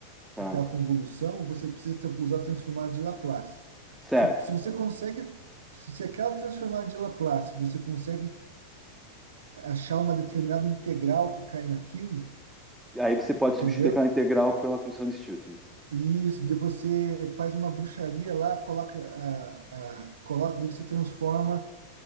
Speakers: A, in the centre; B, on the right.
A: Tá.
B: aquela convolução, você precisa tra- usar a transformada de Laplace.
A: Certo.
B: Se, se você consegue, se, se aquela transformada de Laplace, você consegue achar uma determinada integral que cai naquilo,
A: Aí você pode
B: entendeu?
A: substituir aquela integral pela função de Stiltner.
B: E isso, de você faz uma bruxaria lá, coloca, a, a, coloca, daí você transforma